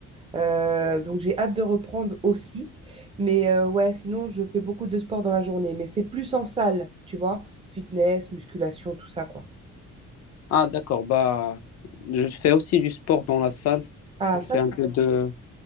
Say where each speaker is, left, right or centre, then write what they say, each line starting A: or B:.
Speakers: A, on the right; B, on the left.
A: Euh, donc, j'ai hâte de reprendre aussi. Mais euh, ouais, sinon, je fais beaucoup de sport dans la journée. Mais c'est plus en salle, tu vois, fitness, musculation, tout ça, quoi.
B: Ah d'accord, bah je fais aussi du sport dans la salle.
A: Ah,
B: Je
A: ça,
B: fais un
A: c'est
B: peu de,